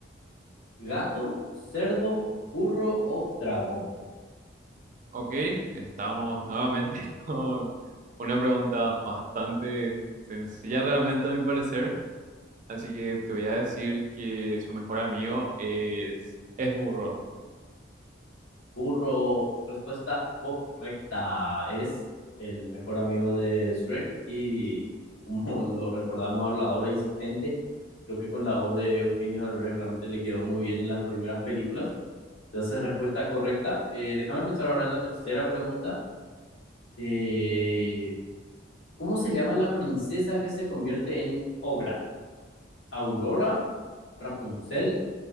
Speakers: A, on the left; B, on the right.
A: ¿Gato, cerdo, burro o dragón?
B: Ok, estamos nuevamente <laughs> con una pregunta bastante sencilla realmente a mi parecer. Así que te voy a decir que su mejor amigo es, es burro.
A: Burro, respuesta correcta. Es el mejor amigo de Shrek y <laughs> como lo recordamos, hablador e insistente. Creo que con la voz de Eugenio Derbez realmente le quedó muy bien en las primeras películas. Entonces, respuesta correcta. Eh, déjame pensar ahora en la tercera pregunta. Eh, ¿cómo se llama la princesa que se convierte en Ogra? ¿Aurora, Rapunzel,